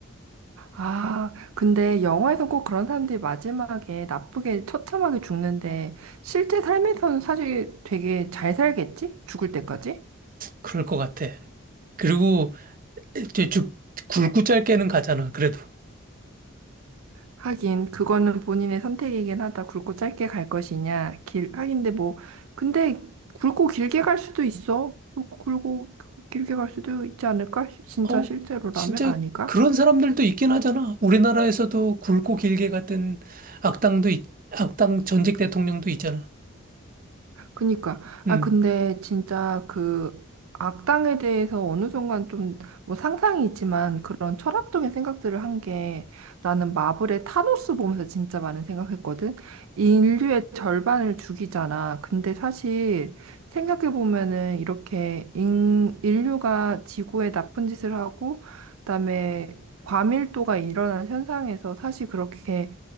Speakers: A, on the right; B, on the right.
A: 아, 근데 영화에서 꼭 그런 사람들이 마지막에 나쁘게 처참하게 죽는데, 실제 삶에서는 사실 되게 잘 살겠지? 죽을 때까지?
B: 그럴 것 같아. 그리고 이제 쭉 굵고 짧게는 가잖아, 그래도.
A: 하긴 그거는 본인의 선택이긴 하다. 굵고 짧게 갈 것이냐. 길 하긴데 뭐 근데 굵고 길게 갈 수도 있어. 굵고 길게 갈 수도 있지 않을까? 진짜
B: 어,
A: 실제로라면
B: 진짜
A: 아닌가?
B: 그런 사람들도 있긴 하잖아. 우리나라에서도 굵고 길게 갔던 악당도, 있- 악당 전직 대통령도 있잖아.
A: 그니까.
B: 음,
A: 아, 근데 진짜 그 악당에 대해서 어느 순간 좀 뭐 상상이 있지만 그런 철학적인 생각들을 한 게 나는 마블의 타노스 보면서 진짜 많은 생각했거든. 인류의 절반을 죽이잖아. 근데 사실 생각해보면은 이렇게 인, 인류가 지구에 나쁜 짓을 하고 그다음에 과밀도가 일어나는 현상에서 사실 그렇게